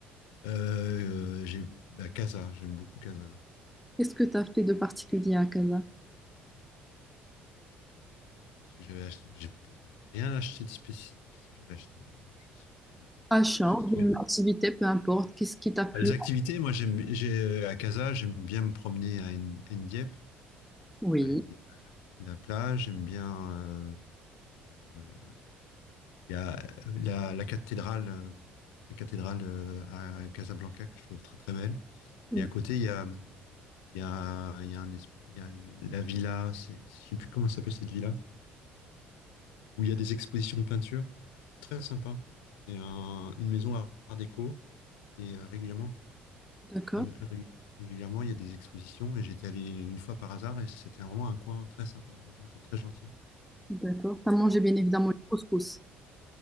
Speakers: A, on the left; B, in the centre.
A: Euh, euh, j'ai bah, Casa, j'aime beaucoup Casa.
B: Qu'est-ce que t'as fait de particulier à Casa?
A: Qu'est-ce que j'avais acheté? J'ai rien acheté de spécial. Qu'est-ce que j'avais acheté? Non, je sais plus.
B: Achat
A: C'est- j'ai-
B: ou bien une activité, peu importe, qu'est-ce qui t'a plu?
A: Les activités, moi j'aime j'ai euh, à Casa, j'aime bien me promener à N- Ndiep,
B: Oui.
A: à- où il y a la plage, j'aime bien euh, euh, il y a euh, la, la cathédrale euh, la cathédrale euh, à à Casablanca que je trouve très très belle.
B: Mm.
A: Et à côté, il y a Il y a, il y a un es- il y a une- la villa, c'est- je ne sais plus comment ça s'appelle cette villa, où il y a des expositions de peinture. C'est très sympa. C'est un- une maison à art déco et euh, régulièrement,
B: D'accord,
A: ré- ré- régulièrement, il y a des expositions et j'étais allé une fois par hasard et c'était vraiment un coin très sympa. Les gens étaient très gentils.
B: d'accord. T'as mangé bien évidemment le couscous.